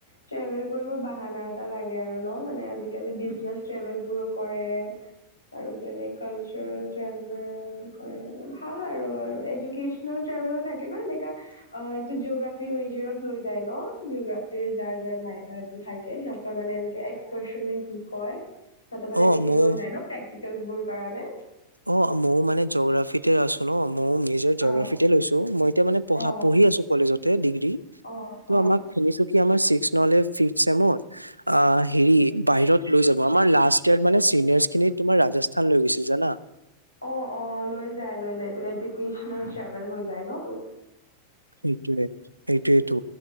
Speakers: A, on the left; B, on the right.
A: ট্ৰেভেল কৰিব বাহানা এটা লাগে আৰু ন, মানে আজিকালি জাৰ্চ ট্ৰেভেল বোৰো কৰে। <unintelligible> ট্ৰেভেল ও থাকে ন এনেকা অ এইটো জিঅ'গ্ৰাফী মেজৰত লৈ যায় ন, জিঅ'গ্ৰাফী যাৰ যাৰ নাই। কি থাগে সিহঁতৰ মানে এনেকে এক্সন নে কি কয় সিহঁতৰ মানে
B: অ
A: এনেকে
B: ময়ো
A: লৈ যায় ন প্ৰেক্টিকেল কাৰণে।
B: অ' মোৰ মানে জগ্ৰাফিতে আছো ন। মই মেজৰ জঅগ্ৰাফিতে
A: অ
B: লৈছো মই এতিয়া মানে পঢ
A: অ
B: পঢ়ি আছো কলেজতে ডিগ্ৰী।
A: অ
B: ত
A: অ
B: আমাক খুনিছো চিকচ নহলে ফিটত ফিফ চছেম অ হেৰি বাহিৰত লৈ যাব আমাৰ লাষ্ট ইয় মানে চিনিয়ৰ্ খিনি তোমাৰ ৰাজস্থান লৈ গৈছিল জানা।
A: অ অ লৈ যায় লৈ যায় এডলভেল হৈ যায় ন তো
B: সটোয়ে এইটোয়েইটো